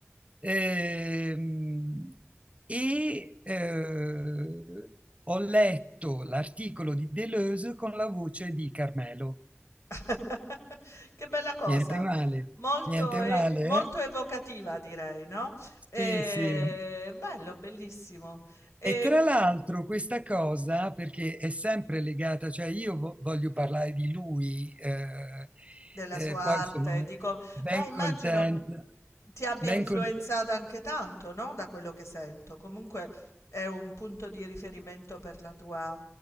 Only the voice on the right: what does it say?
Ehm, e eh, ho letto l'articolo di Deleuze con la voce di Carmelo.
Niente male,
niente
male,
eh?
Sì, sì.
E tra l'altro questa cosa, perché è sempre legata, cioè io vo- voglio parlare di lui, eh,
eh,
poi sono
ben
contenta,
ben
contenta,